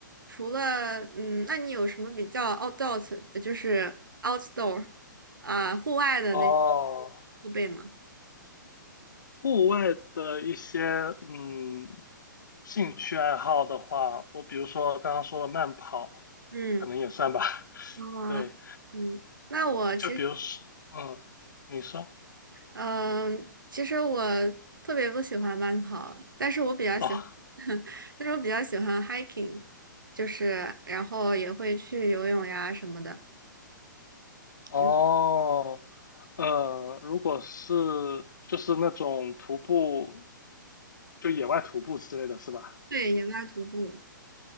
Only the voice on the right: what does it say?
除了嗯，那你有什么比较 outdoor，呃就是 outdoor 啊、户外的那
设备吗？
嗯，
啊，
嗯，那我其实。
嗯，其实我特别不喜欢慢跑，但是我比较喜欢，
<laughs> 但是我比较喜欢 hiking，就是然后也会去游泳呀什么的。
嗯，
对，野拉徒步。